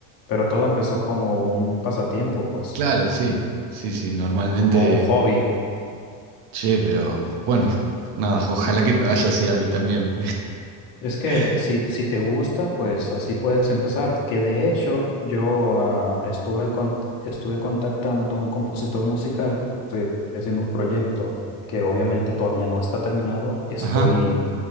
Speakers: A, on the left; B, on the right.
A: Pero todo empezó como un pasatiempo, pues,
B: Claro, sí, sí, sí, normalmente,
A: como un hobby.
B: che, pero bueno, nada, <laughs> ojalá que me vaya así a mí también.
A: Es que
B: <laughs>
A: si, si te gusta, pues así puedes empezar. Que de hecho yo ah, estuve, en con- estuve contactando a un compositor musical, estoy haciendo un proyecto que obviamente todavía no está terminado, estoy
B: Ajá,